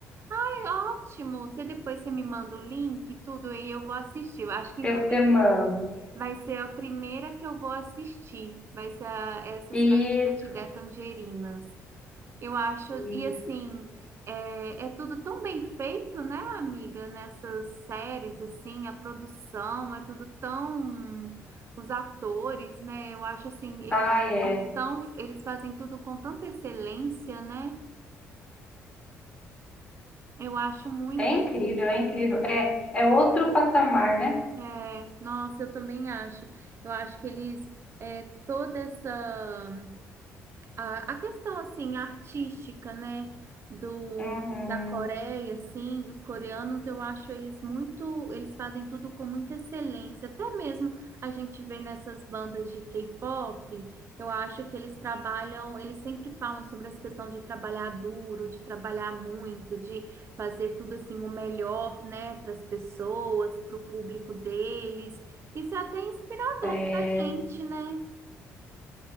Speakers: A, on the right; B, on the left.
A: É ótimo. Você depois você me manda o link, e tudo, e eu vou assistir. Eu acho que então
B: Eu te mando.
A: Vai ser a primeira que eu vou assistir. Vai ser a- essa
B: Isso,
A: Se a Vida Te Der Tangerinas. Eu acho,
B: isso.
A: e assim, é, é tudo tão bem feito, né, amiga? Nessas séries, assim, a produção é tudo tão. Os atores, né? Eu acho assim, eles
B: Ai, é.
A: são tão. Eles fazem tudo com tanta excelência, né? Eu acho muito.
B: É incrível, é incrível. É, é outro patamar, né?
A: É, nossa, eu também acho. Eu acho que eles. é, toda essa A, a questão assim artística, né, do
B: Uhum.
A: da Coreia, assim, dos coreanos, eu acho eles muito, eles fazem tudo com muita excelência. Até mesmo a gente vê nessas bandas de K-pop, eu acho que eles trabalham, eles sempre falam sobre essa questão de trabalhar duro, de trabalhar muito, de fazer tudo assim o melhor, né, para as pessoas, para o público deles. Isso é até inspirador
B: É,
A: para a gente, né?